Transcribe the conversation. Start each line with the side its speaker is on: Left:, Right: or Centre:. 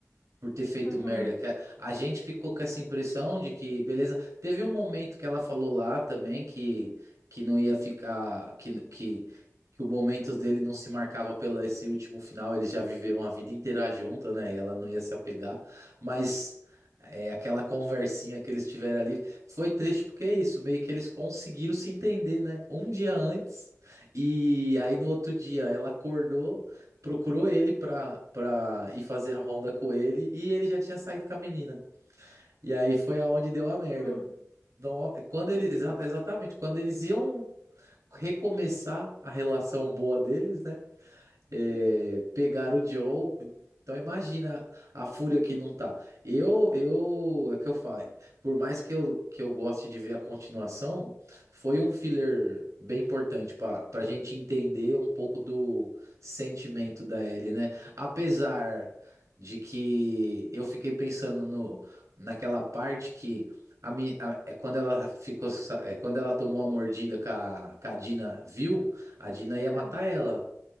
Right: por ter feito
Left: Uhum.
Right: merda. Que a, a gente ficou com essa impressão de que, beleza, teve um momento que ela falou lá também que, que não ia ficar, que, que, que o momento dele não se marcava pelo esse último final, eles já viveram a vida inteira junto, né? E ela não ia se apegar, mas é, aquela conversinha que eles tiveram ali foi triste porque é isso, meio que eles conseguiram se entender, né? Um dia antes. E aí no outro dia ela acordou procurou ele pra, pra ir fazer a ronda com ele e ele já tinha saído com a menina. E aí foi aonde deu a merda.
Left: Hum.
Right: No- Quando
Left: E,
Right: eles, exa- exatamente, quando eles iam recomeçar a relação boa deles, né? é,
Left: sim.
Right: pegar o Joe. Então imagina a fúria que não tá. Eu, eu, é o que eu falo. Por mais que eu, que eu goste de ver a continuação, foi um filler bem importante para para a gente entender um pouco do sentimento da Ellie, né? Apesar de que eu fiquei pensando no, naquela parte que a, mi- a- é quando ela ficou, sa- é quando ela tomou a mordida que a, que a Dina viu, a Dina ia
Left: É.
Right: matar ela